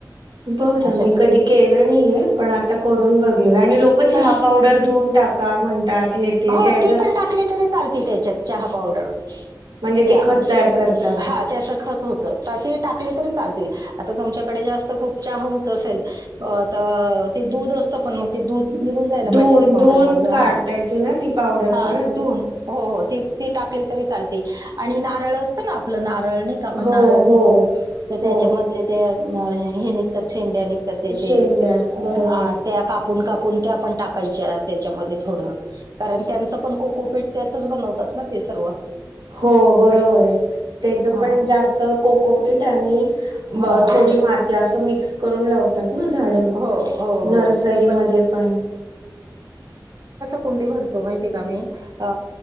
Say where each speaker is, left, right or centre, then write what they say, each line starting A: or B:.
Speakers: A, on the right (about 75°); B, on the right (about 55°).
A: बरं
B: अशा
A: मी कधी केलं नाहीेय पण आता करून बघेल, आणि लोक चहा
B: हा
A: पावडर धुऊन टाका म्हणतात हे ते
B: हो
A: त्याच
B: ती पण टाकली तरी चालते त्याच्यात चहा पावडर त्या
A: म्हणजे ते खत तयार करताना
B: हा त्याचं खत होतं ती टाकली तरी चालते. आता तुमच्याकडे जास्त खूप चहा होत असेल अ त दूध असत पण मग दूध निघून जायला
A: धुवून
B: पाहिजे त्या पावडर
A: धुवून
B: मधलं
A: काढतायची
B: हा
A: ना ती पावडर
B: हा
A: परत
B: धुन हो हो ती ती टाकली तरी चाल आणि नारळ असत ना, आपलं नारळ नाही का? आपण
A: हो
B: नारळ
A: हो
B: घेतो तर
A: हो
B: त्याच्या मधले ते अ हे निघतात शेंडया निघ त त्याचे
A: शेंड्या
B: <unintelligible>
A: बरोबर
B: त्या काप कापून कापून त्या पण टाकायच्या त्याच्यामध्ये थोडं कारण त्यांचं पण कोकोपीठ त्याच बनवतात. ना ते सर्व.
A: हो बरोबर आहे त्याच
B: हां,
A: पण जास्त कोकोपीट आणि
B: हां.
A: थोडी माती अस मिक्स करून लावतात ना झाड
B: हो, हो,
A: नर्सरीमध्ये
B: हो. ते
A: पण
B: कंडे भरतो माहितीय का मी अ